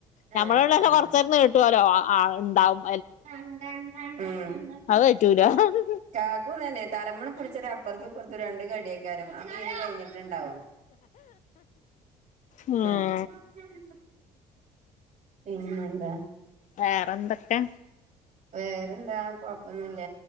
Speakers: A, on the left (about 55°); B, on the right (about 50°).
A: നമ്മളവിടെ
B: ആഹ് ആഹ്
A: കൊ തീർന്ന് കിട്ടൊലോ ആഹ് ഇണ്ടാവും
B: <inaudible> ഹ്മ്മ്
A: അയ് പറ്റൂല <inaudible>
B: കാക്കൂ ഇതെന്നെ തലമണം പുടിച്ചതപ്പർത്തും ഇപ്പർത്തും രണ്ട് കടിയാക്കി ക്കാരം. ആ മീന് കഴിഞ്ഞ്ട്ട്ണ്ടാവും. ഹ്മ്മ്
A: ഉം
B: പിന്നന്താ
A: വേറെന്തൊക്കെ
B: വേറെന്താ കൊഴപ്പൊന്നുല്ല.